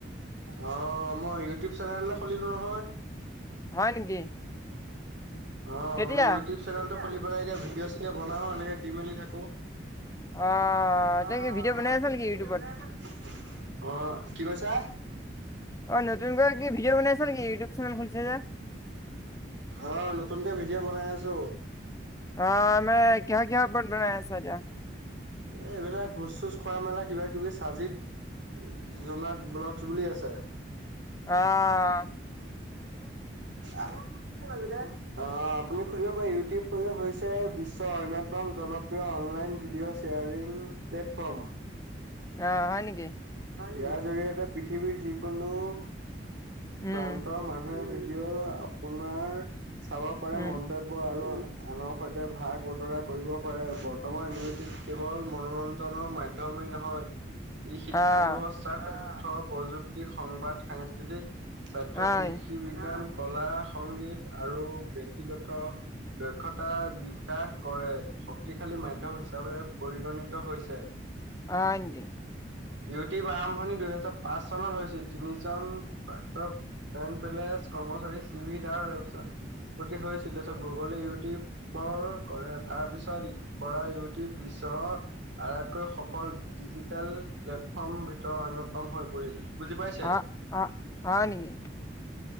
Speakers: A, on the right; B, on the left.
A: অহ' মই ইউটোপ চেনেল এটা খুলিলো নহয়।
B: হয় নেকি
A: অ'
B: কেতিয়া
A: মানে ইউটৈপ চেনেলটো খুলি। পেলাই এতিয়া ভিডঅ চিডিঅ বনাও, এনেকে দি মেলি থাকো।
B: অ'
A: অহ',
B: তই কি ভিডিঅ' বনাই আছ
A: তে
B: নেকি
A: এতিয়া
B: ইউটিউবত
A: ভিডিঅ' বনাই আছা নেকি? অহ' কি কৈছা।
B: অ' নতুনকৈ কি ভিডিঅ' বনাইছ নেকি, ইউটিউব চেনেল খুলচা যে।
A: অহ' নতুনকে ভিডিঅ' বনাই আছো।
B: অহ' মানে কিহৰ কিহৰ ওপৰত বনায় আছা এতিয়া।
A: এই এইবিলাক, ভোজ চোজ খোৱা মেলা কিবা কিবি চাজীৱ জোনাত ব্লক বুলি আছে।
B: অহ'।
A: অহ' আপুনি খুলিব পাৰে, ইউটো। <unintelligible> হৈছে বিশ্বৰ অন্যতম জনপ্ৰিয় অনলাইন ভিডিঅ'। Sharing, platform.
B: অ' হয় নেকি।
A: ইয়াৰ জৰিয়তে পৃথিৱীৰ যিকোনো,
B: উম
A: প্ৰান্তৰ মানুহে ভিডিঅ'। কিয়? আপোনাৰ, চাব পাৰা
B: উম
A: মন্তব্য আৰু। আনৰ সৈতে ভাগ বতৰা কৰিব পাৰে। বৰ্তমান ইউটিপ কেৱল মনোৰঞ্জনৰ মাধ্যম। তুমি নহয়। ই শিক্ষা
B: অ'
A: ব্যৱস্থা, তথ্য প্ৰযুক্তি, সংবাদ সাংস্কৃতি। ছাত্ৰ
B: হয়
A: কৃষি বিজ্ঞান কলা সংগীত আৰু ব্যক্তিগত। দক্ষতা বিকাশ কৰে। শক্তিশালী মাধ্যম হিচাপে পৰিগণিত হৈছে।
B: হয়' নেকি।
A: ইউটিউব আৰম্ভণি দুহেজাৰ পাঁচ চনত হৈছিল তিনি জন প্ৰাক্ত পেন পেলেচ কৰ্মচাৰী চিদ আৰু এই পিছত হৈছিল তাৰ গুগলে ইউটিউবৰ কৰে তাৰ পিছত পৰা ইউটিউব ্বৰৰ আটাইতকৈ সফল ডিজিটেল প্লেটফৰ্মৰ ভিতৰত অন্যতম হৈ পৰিল বুজি পাইছে
B: অ' অ' হয় নেকি